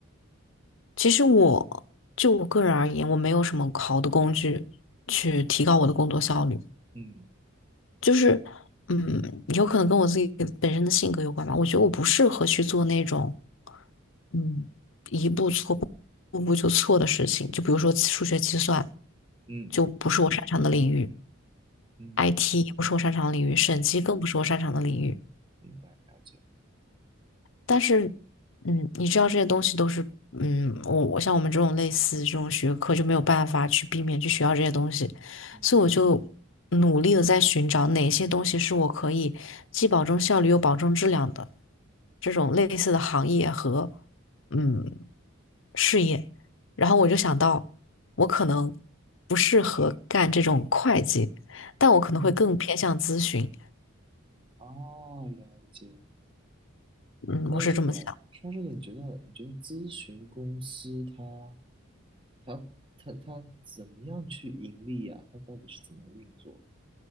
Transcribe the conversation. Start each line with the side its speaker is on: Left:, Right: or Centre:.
Left: 其实我就我个人而言，我没有什么好的工具去提高我的工作效率。
Right: 嗯
Left: 就是，嗯，有可能跟我自己本身的性格有关吧。我觉得我不适合去做那种，嗯，一步错步步步就错的事情。就比如说数学计算，
Right: 嗯
Left: 就不是我擅长的领域
Right: 嗯，
Left: ；IT 也不是我擅长的领域；审计更不是我擅长的领域。
Right: 了解，明白，了解。
Left: 但是，嗯，你知道这些东西都是，嗯，我我像我们这种类似这种学科就没有办法去避免去学到这些东西，
Right: 嗯
Left: 所以我就努力的在寻找哪些东西是我可以既保证效率又保证质量的这种类似的行业和嗯事业，然后我就想到我可能不适合干这种会计，但我可能会更偏向咨询，
Right: 嗯，哦，了解。
Left: 嗯，
Right: 说到这个，
Left: 我是这么想，
Right: 说到这个，你觉得你觉得咨询公司它？他他他怎么样去盈利啊？他到底是怎么样运作？